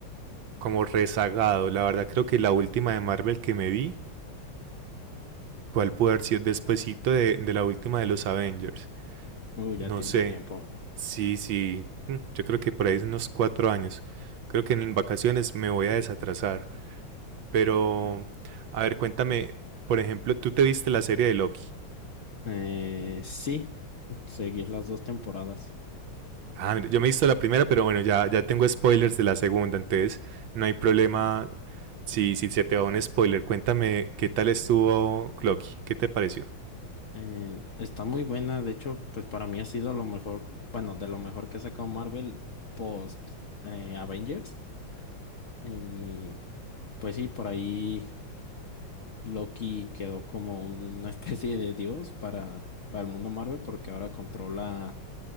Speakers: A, on the right; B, on the left.
A: como rezagado. La verdad creo que la última de Marvel que me vi, ¿cuál puede haber sido despuesito de, de la última de los Avengers?
B: Uh, ya
A: No
B: tiene
A: sé,
B: tiempo.
A: Sí, sí, mm, yo creo que por ahí es unos cuatro años. Creo que en vacaciones me voy a desatrasar. Pero, a ver, cuéntame, por ejemplo, tú te viste la serie de Loki.
B: Eh, sí, seguir las dos temporadas.
A: Ah, mira, yo me he visto la primera, pero bueno, ya, ya tengo spoilers de la segunda, entonces no hay problema si, si se te va un spoiler. Cuéntame qué tal estuvo Loki, qué te pareció.
B: Eh, está muy buena, de hecho, pues para mí ha sido lo mejor, bueno, de lo mejor que ha sacado Marvel post eh, Avengers. Y pues sí, por ahí. Loki quedó como una <laughs> especie de dios para, para el mundo Marvel porque ahora controla